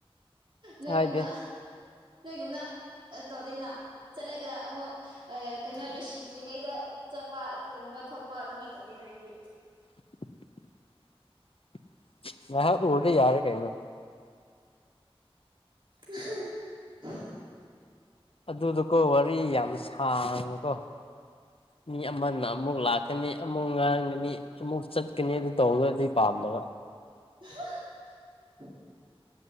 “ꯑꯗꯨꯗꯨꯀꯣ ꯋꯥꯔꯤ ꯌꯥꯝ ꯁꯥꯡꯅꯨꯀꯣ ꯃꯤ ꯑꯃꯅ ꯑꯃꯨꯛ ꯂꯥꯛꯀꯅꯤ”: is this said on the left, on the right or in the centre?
Left